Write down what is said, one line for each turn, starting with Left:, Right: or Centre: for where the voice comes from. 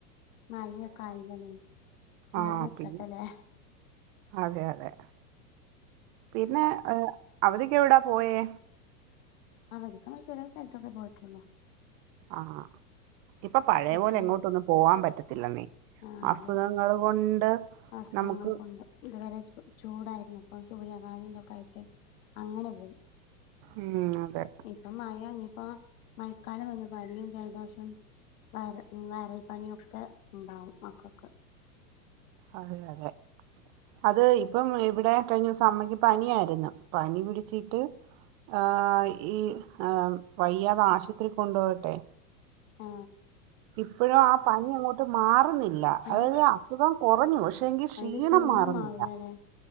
Left: മഴയൊക്കെ ആയില്ലീനി ഇനി
Right: ആഹ്
Left: ഇടെ നിക്കട്ടല്ലേ
Right: പിന്നെ അതെ അതെ പിന്നെ ഏഹ് അവധിക്ക് എവിടാ പോയേ?
Left: അവധിക്ക് അവിടെ ചെലേ സ്ഥലത്തൊക്കെ പോയിട്ടുള്ളൂ
Right: ആഹാ ഇപ്പൊ പഴയ
Left: മക്കളും
Right: പോലെ എങ്ങോട്ടൊന്നും പോവാൻ പറ്റത്തില്ലെന്നെ
Left: ആഹ്
Right: അസുഖങ്ങള്
Left: അതെ
Right: കൊണ്ട്
Left: അസുഖങ്ങൾ
Right: നമുക്ക്
Left: കൊണ്ട് ഇതുവരെ ചു ചൂടായിരുന്നു. സൂര്യാഘാതോം ഇതൊക്കെ ആയിട്ട് അങ്ങനെ പോകും.
Right: ഉം അതെ
Left: ഇപ്പം മഴയാ ഇനീപ്പോ മഴക്കാലം വന്നു പനിയും ജലദോഷം, വയറ് വയറൽ പനിയൊക്കെ ഇണ്ടാവും മക്കക്ക്
Right: അതെ അതെ അത് ഇപ്പം ഇവിടെ കഴിഞ്ഞ ദിവസം അമ്മയ്ക്ക് പനിയായിരുന്നു. പനി പിടിച്ചിട്ട് ആ ഈ ഏഹ് വയ്യാതെ ആശുപത്രി കൊണ്ടോയട്ടെ
Left: ആ
Right: ഇപ്പഴും ആ പനി അങ്ങോട്ട് മാറുന്നി ല്ല
Left: അത്
Right: അതായത് അസുഖം കൊറഞ്ഞു പക്ഷേങ്കി ക്ഷീണം
Left: അതിന്റെ
Right: മാറുന്നില്ല
Left: മാറില്ലല്ലേ